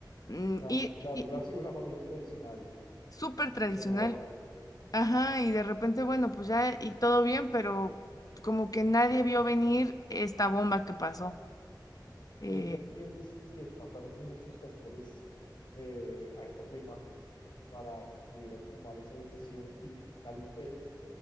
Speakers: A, on the left (about 50°); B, on the left (about 75°).
A: mm,
B: Claro,
A: y,
B: <laughs> claro,
A: y- y
B: claro, sí, una familia tradicional,
A: súper tradicional,
B: conservadora,
A: ajá, y de repente, bueno, pues ya y todo bien, pero como que nadie vio venir esta bomba que pasó, eh,
B: pero tú entiendes que pasaron muchos factores eh, a esta prima para que pudiera tomar esa decisión y tal vez,